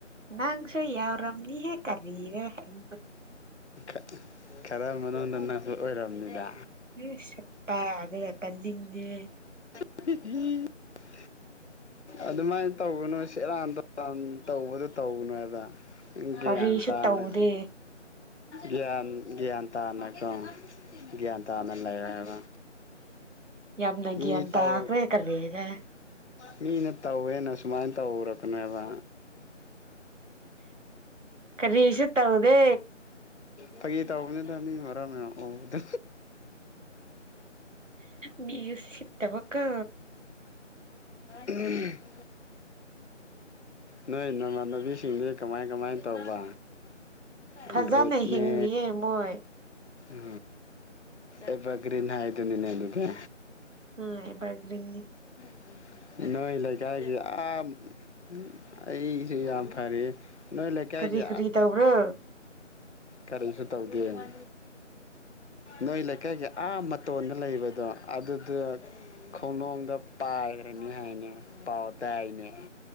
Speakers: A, on the right; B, on the left.
A: ꯅꯪꯁꯨꯣ ꯌꯥꯎꯔꯝꯅꯤ ꯍꯦ ꯀꯔꯔ ꯑꯗꯨ
B: ꯑ ꯈꯔ ꯃꯅꯨꯡꯗ ꯅꯪꯁꯨ ꯑꯣꯏꯔꯕꯅꯤꯗ
A: ꯎ ꯆꯄ ꯑꯗꯨꯄ ꯗꯦ
B: ꯍ ꯑꯗꯨꯃꯥꯏꯅ ꯇꯧꯒꯅꯨ ꯁꯦꯔꯥꯟ ꯇꯥꯟ ꯇꯧꯕꯗꯣ ꯇꯧꯒꯅꯨꯕ ꯒ꯭ꯌꯥꯟ
A: ꯀꯔꯤꯁꯨ
B: ꯇꯥꯅ
A: ꯇꯧꯗꯦ
B: ꯒ꯭ꯌꯥꯟ ꯒ꯭ꯌꯥꯟ ꯇꯥꯅꯀꯣꯣꯡ ꯒ꯭ꯌꯥꯟ ꯇꯥꯅ ꯂꯩꯔ ꯍꯥꯏꯕ
A: ꯌꯥꯝꯅ
B: ꯃꯤ
A: ꯒ꯭ꯌꯥꯟ
B: ꯇꯥꯎ
A: ꯇꯥꯈ꯭ꯔꯦ ꯀꯔꯤꯔ
B: ꯃꯤ ꯃꯤꯅ ꯇꯧꯋꯦꯅ ꯁꯨꯃꯥꯏꯅ ꯇꯧꯔꯛꯀꯅꯦꯕ
A: ꯀꯔꯤꯁꯨ ꯇꯧꯗꯦ
B: ꯐꯒꯤꯦ ꯇꯧꯕꯧꯕꯅꯤꯗ ꯑꯅꯤ ꯃꯔꯝ ꯃꯌꯥꯝꯗ
A: ꯃꯤ ꯌꯁꯤꯠꯇꯕ ꯀ
B: ꯎꯝ ꯅꯣꯏ ꯅꯃꯥꯟꯅꯕꯤꯁꯤꯡꯗꯤ ꯀꯃꯥꯏ ꯀꯃꯥꯏ ꯇꯧꯕ ꯑ꯭ꯔꯗꯅꯦ
A: ꯐꯖꯅ ꯍꯤꯡꯂꯤꯌꯦ ꯃꯣꯏ
B: ꯎ ꯑꯦꯕ ꯀꯔꯤꯅꯍꯗꯅꯤꯅꯦ ꯂꯒ
A: ꯑꯕꯔꯒꯂꯅꯤ
B: ꯎꯝ ꯅꯣꯏ ꯂꯩꯀꯥꯏꯒꯤ ꯌꯥꯝꯥ ꯎ ꯑꯩꯁꯨ ꯌꯥꯝ ꯐꯔꯦ ꯅꯣꯏ ꯂꯩꯀꯥꯏꯒꯤ
A: ꯀꯔꯤ ꯀꯔꯤ ꯇꯧꯕ꯭ꯔꯣ
B: ꯀꯔꯤꯁꯨ ꯇꯧꯗꯦꯅ ꯅꯣꯏ ꯂꯩꯀꯥꯏꯒꯤ ꯑꯥ ꯃꯇꯣꯟꯗ ꯂꯩꯕꯗꯣ ꯑꯗꯨꯗꯨ ꯈꯣꯡꯅꯨꯡꯗ ꯄꯥꯏꯈ꯭ꯔꯅꯤ ꯍꯥꯏꯅꯦ ꯄꯥꯎ ꯇꯗꯥꯥꯏꯅꯦ